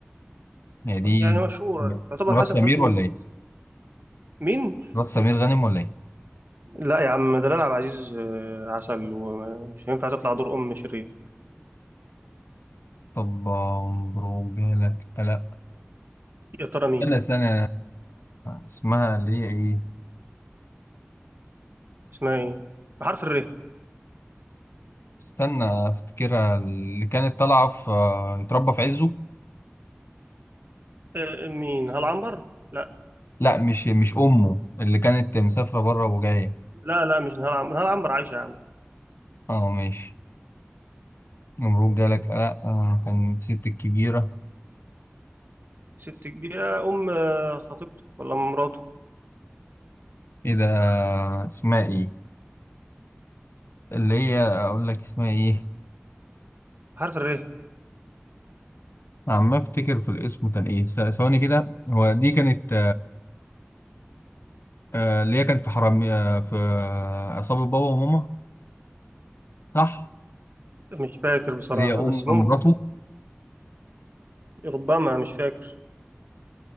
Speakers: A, on the left; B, on the right.
A: هي دي
B: يعني مشهورة يعتبر
A: مرات
B: حسن
A: سمير
B: حسني
A: ولا إيه؟
B: مين؟
A: مرات سمير غانم ولا إيه؟
B: لا يا عم ده لا عبد العزيز آه، عسل ومش هينفع تطلع دور أم شرير
A: طب مبروك جالك قلق
B: يا ترى مين؟
A: كان سنة اسمها اللي هي ايه
B: اسمها إيه؟ بحرف الر
A: استنى افتكرها اللي كانت طالعة في آه، يتربى في عزه
B: آه، مين؟ هل عنبر؟ لا
A: لا مش مش امه اللي كانت مسافرة بره وجاية
B: لا لا مش نهار عنبر نهار عنبر عايشة يا عم
A: اه ماشي نمرود جالك لا آه كان الست الكبيرة
B: ست كبيرة أم آه، خطيبته ولا أم مراته
A: ايه ده اسمها ايه اللي هي اقول لك اسمها ايه
B: حرف الره
A: عم افتكر في الاسم كان ايه س- ثواني كده هو دي كانت آه اللي هي كانت في حرامي آه في آه، عصابة بابا وماما صح
B: مش فاكر بصراحة
A: اللي هي ام
B: بس
A: مراته
B: ممكن ربما مش فاكر